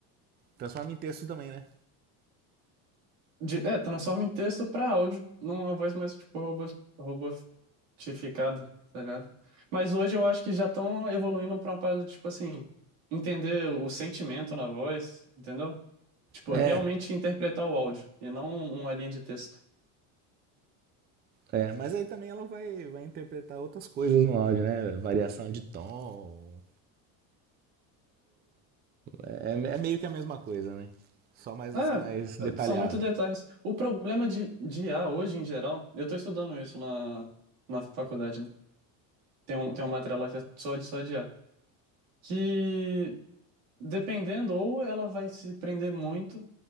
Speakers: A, on the right; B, on the right.
A: Transforma em texto também, né?
B: De, é, transforma em texto pra áudio, numa voz mais tipo robô, robotificada, tá ligado? Mas hoje eu acho que já estão evoluindo pra uma parada de, tipo assim, entender o sentimento na voz, entendeu? Tipo,
A: É,
B: realmente interpretar o áudio e não uma linha de texto.
A: é, mas aí também ela vai, vai interpretar outras coisas no áudio, né? Variação de tom. É, é meio que a mesma coisa, né? Só mais,
B: É,
A: mais detalhado.
B: é, são muito detalhes. O problema de, de I A hoje, em geral, eu tô estudando isso na, na faculdade, né? Tem um, tem uma matéria lá que é só de, só de I A Que dependendo, ou ela vai se prender muito.